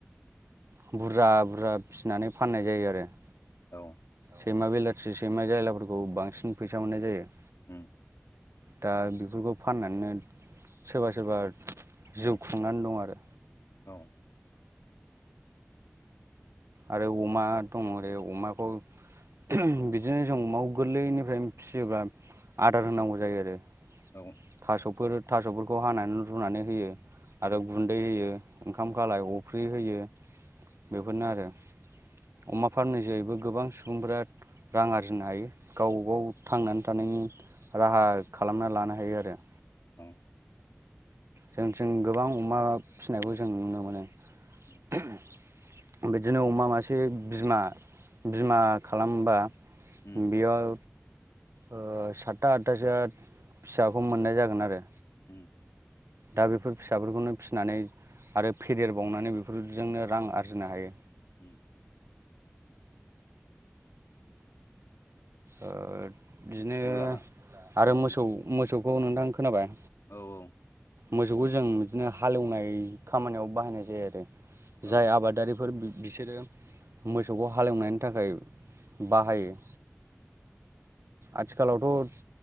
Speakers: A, on the right (about 70°); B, on the left (about 85°).
A: बुरजा-बुरजा फिसिनानै फाननाय जायो आरो।
B: औ।
A: सैमा बेलाथि सैमा जायलाफोरखौ बांसिन फैसा मोननाय जायो।
B: उम।
A: दा बेफोरखौ फाननानैनो सोरबा-सोरबा
B: औ
A: जिउ खुंनानै दं आरो।
B: औ।
A: आरो अमा दङ ओरै अमाखौ <unintelligible> बिदिनो। जों अमाखौ गोरलैनिफ्राय फिसियोब्ला आदार होनांगौ जायो आरो।
B: उम औ उम औ
A: थास'फोर-थास'फोरखौ हानानै रुनानै होयो आरो गुन दै होयो ओंखाम खालाय अफ्रि होयो बेफोरनो आरो। अमा फाननाय जैबो गोबां सुबुंफ्रा रां आरजिनो हायो गाव-गाव थांनानै थानायनि राहा खालामना लानो हायो आर रो।
B: औ
A: जोंनिथिं गोबां अमा फिसिनायखौ जों नुनो मोनो।
B: उम।
A: <unintelligible> बिदिनो अमा मासे बिमा-बिमा खालामबा।
B: उम उम
A: बियल ओ सातथा आदथासोआ फिसाखौ मोननाय जागोन आरो।
B: उम।
A: दा बेफोर फिसाफोरखौनो फिसिनानै आरो फेदेरबावनानै बेफोरजोंनो रां आरजिनो हायो।
B: उम।
A: ओ बिदिनो
B: अब्ला
A: आरो
B: औ
A: मोसौ-मोसौखौ नोंथां खोनाबाय?
B: औ-औ।
A: मोसौखौ जों बिदिनो हालेवनाय खामानियाव बाहायनाय जायो आरो।। जाय
B: औ
A: आबादारिफोर बिसोरो मोसौखौ हालेवनायनि थाखाय बाहायो।
B: उम।
A: आथिखालावथ'